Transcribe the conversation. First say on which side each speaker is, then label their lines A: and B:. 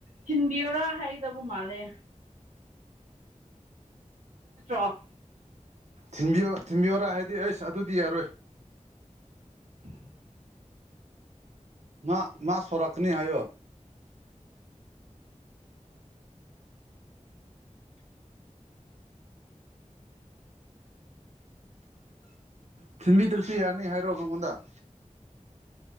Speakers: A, on the right; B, on the right.
A: ꯊꯤꯟꯕꯤꯌꯨꯔꯥ ꯍꯥꯏꯒꯗꯕ ꯃꯥꯜꯂꯦ ꯅꯠꯇ꯭ꯔꯣ
B: ꯊꯤꯟꯕꯤꯌꯣ ꯊꯤꯟꯕꯤꯌꯣꯔꯥ ꯍꯥꯏꯗꯤ ꯑꯁ ꯑꯗꯨꯗꯤ ꯌꯥꯔꯣꯏ
A: <inaudible>
B: ꯃꯥ ꯃꯥ ꯁꯣꯔꯥꯛꯅꯤ ꯍꯥꯏꯌꯣ ꯊꯤꯟꯕꯤꯗ꯭ꯔꯁꯨ ꯌꯥꯅꯤ ꯍꯥꯏꯔꯣ ꯃꯉꯣꯟꯗ